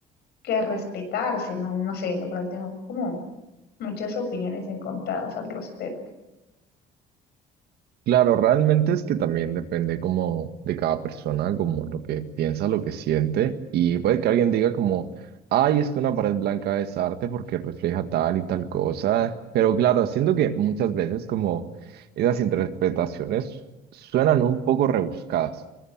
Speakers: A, on the left (about 75°); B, on the right (about 70°).
A: que respetarse, ¿no? No sé, la verdad tengo como muchas opiniones encontradas al respecto.
B: Claro, realmente es que también depende como de cada persona, como lo que piensa, lo que siente y puede que alguien diga como, ay, es que una pared blanca es arte porque refleja tal y tal cosa, pero claro, siento que muchas veces como esas interpretaciones suenan un poco rebuscadas.